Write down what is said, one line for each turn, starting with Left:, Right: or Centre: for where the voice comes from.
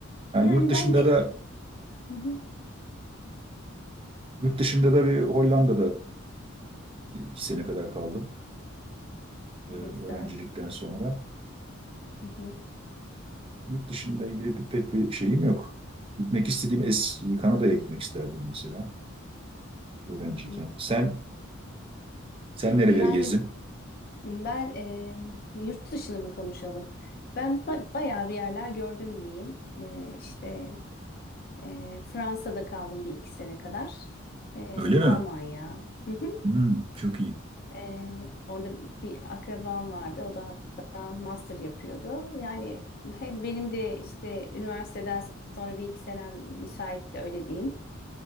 Right: Yani
Left: Yani
Right: yurt dışında
Left: ben de
Right: da
Left: Hı hı.
Right: yurt dışında da bir Hollanda'da iki sene kadar kaldım e, öğrencilikten
Left: Ne güzel.
Right: sonra.
Left: Hı hı,
Right: Yurt dışında ilgili bir- pek bir şeyim yok. Gitmek istediğim es Kanada'ya gitmek isterdim mesela öğrenciyken.
Left: hı hı.
Right: Sen sen nereleri
Left: E Yani
Right: gezdin?
Left: ben e, yurt dışını mı konuşalım? Ben ba- bayağı bir yerler gördüm diyeyim. E, işte e, Fransa'da kaldım bir iki sene kadar. E,
Right: Öyle
Left: Almanya.
Right: mi?
Left: Hı hı.
Right: Hmm, çok iyi.
Left: Ee, orada bir akrabam vardı. O da hatta master yapıyordu. Yani hem benim de işte üniversiteden sonra bir iki senem müsaitti öyle diyeyim.